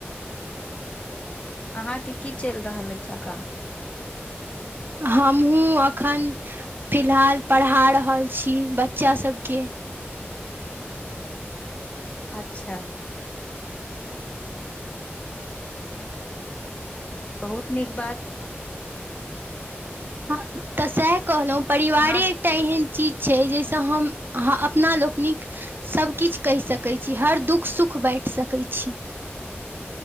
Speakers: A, on the left; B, on the right.
A: अहाँके की चलि रहल अछि एखन?
B: हमहूँ एखन फिलहाल पढ़ा रहल छी बच्चासभके।
A: अच्छा। बहुत नीक बात।
B: हँ तऽ सएह कहलौँ, परिवारे
A: अहाँ
B: एकटा एहेन चीज छै, जाहिसँ हम ह् अपना लोकनिक सभकिछु कहि सकैत छी, हर दुःख-सुख बाँटि सकै छी।